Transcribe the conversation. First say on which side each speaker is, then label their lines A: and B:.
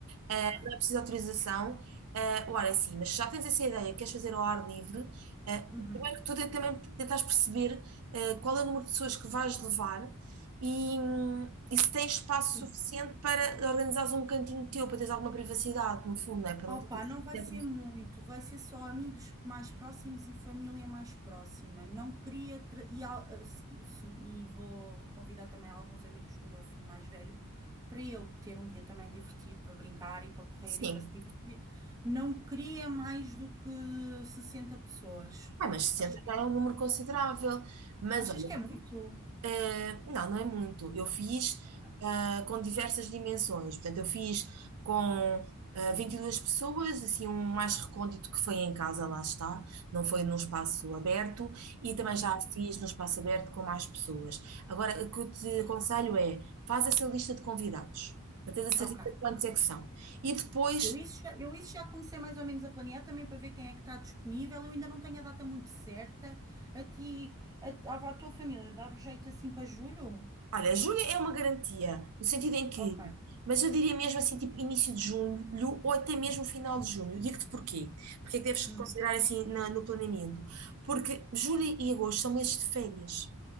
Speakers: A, on the right; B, on the right.
A: Ah,
B: Ok.
A: não é preciso autorização. Ah, ora, sim, mas se já tens essa ideia, queres fazer ao ar livre, ah,
B: Uhum.
A: primeiro que tudo é também tentares perceber ah, qual é o número de pessoas que vais levar e, hum, e se tens espaço
B: Sim.
A: suficiente para organizares um cantinho teu, para teres alguma privacidade, no fundo, não é? Para
B: Opa,
A: não ter que
B: não vai
A: ter-
B: ser muito, vai ser só amigos mais próximos e família mais próxima. Não queria. tra- E, al- ah, si- sim, e vou convidar também alguns amigos do meu filho mais velho para ele ter um dia também divertido para brincar e para correr
A: Sim.
B: e para se divertir. Não queria mais do que 60 pessoas.
A: Ah, mas 60
B: Achas que,
A: já é um número considerável. Mas
B: achas
A: olha,
B: que é muito?
A: Eh, não, não é muito. Eu fiz
B: Ok.
A: ah, com diversas dimensões. Portanto, eu fiz com ah, 22 pessoas, assim, um mais recôndito que foi em casa, lá está, não foi num espaço aberto, e também
B: Uhum,
A: já fiz num espaço aberto com mais pessoas. Agora, o que eu te
B: É
A: aconselho
B: isso.
A: é, faz essa lista de convidados, para teres a
B: Ok.
A: certeza de quantos é que são. E depois
B: Eu isso, já, eu isso já comecei mais ou menos a planear também para ver quem é que está disponível. Eu ainda não tenho a data muito certa. A ti, a, à tua família, dava jeito assim para julho?
A: Olha, julho é uma garantia, no sentido em que,
B: Ok.
A: mas eu diria mesmo assim, tipo início de julho ou até mesmo final de junho. Eu Digo-te porquê. Porque é que deves considerar
B: Hum.
A: assim na- no planeamento? Porque julho e agosto são meses de férias.